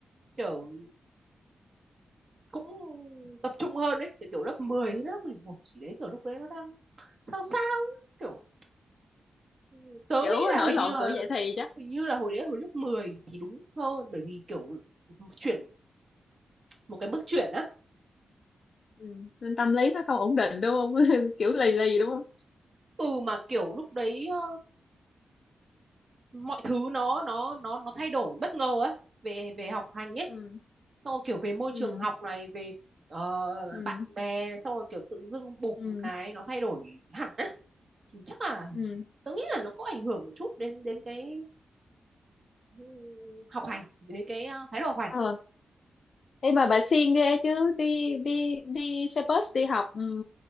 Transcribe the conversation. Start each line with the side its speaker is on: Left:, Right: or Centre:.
Right: kiểu cũng tập trung hơn đấy kiểu, kiểu lớp 10 hay lớp 11 chỉ đấy kiểu lúc đấy nó đang sao sao ấy, kiểu ừ, tớ
Left: kiểu
Right: nghĩ là
Left: nổi
Right: hình
Left: loạn
Right: như là
Left: tuổi dậy thì chắc
Right: hình như là hồi đấy hồi lớp 10 thì đúng hơn bởi vì kiểu chuyển một cái bước chuyển á
Left: ừ. nên tâm lý nó không ổn định đúng không <laughs> kiểu lì lì đúng không
Right: ừ mà kiểu lúc đấy ờ, mọi thứ nó nó nó nó thay đổi bất ngờ á về về học hành ấy
Left: ừ.
Right: xong rồi kiểu về môi
Left: Ừ.
Right: trường học này về ờ,
Left: Ừ.
Right: bạn bè này xong rồi kiểu tự dưng bụp
Left: Ừ.
Right: một cái nó thay đổi hẳn á thì chắc là
Left: Ừ.
Right: tớ nghĩ là nó có ảnh hưởng một chút đến đến cái ừ, học hành đến cái ờ, thái độ học hành
Left: ờ Ê mà bà siêng ghê chứ đi đi đi xe bus đi học ừ,